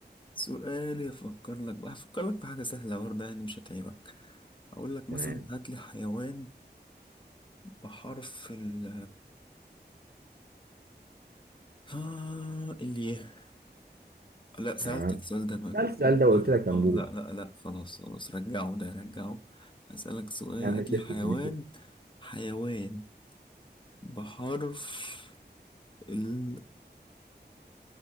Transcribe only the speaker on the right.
تمام
حيوان
سألت السؤال
ده وقلت لك انبوه
اعمل
شيفت
كلمتين